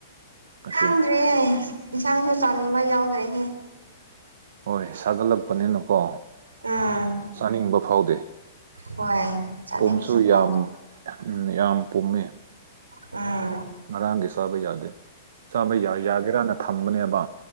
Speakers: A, on the right (about 60°); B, on the right (about 80°).
A: ꯉꯁꯤ
B: ꯈꯡꯗ꯭ꯔꯤꯌꯦ ꯏꯟꯁꯥꯡꯁꯨ ꯆꯥꯅꯤꯡꯕ ꯌꯥꯎꯗ꯭ꯔꯤꯍꯦ
A: ꯍꯣꯏ ꯁꯥꯒꯠꯂꯛꯄꯅꯤꯅꯀꯣ
B: ꯎꯝ
A: ꯆꯥꯅꯤꯡꯕ ꯐꯥꯎꯗꯦ
B: ꯍꯣꯏ ꯆꯥꯅꯤꯡꯕꯁꯨ
A: ꯄꯨꯝꯁꯨ
B: ꯐꯥꯎꯗꯦ
A: ꯌꯥꯝ ꯎꯝ ꯌꯥꯝ ꯄꯨꯝꯃꯦ
B: ꯎꯝ
A: ꯉꯔꯥꯡꯒꯤ ꯆꯥꯕ ꯌꯥꯗꯦ ꯆꯥꯕ ꯌꯥꯒꯦꯔꯅ ꯊꯝꯕꯅꯦꯕ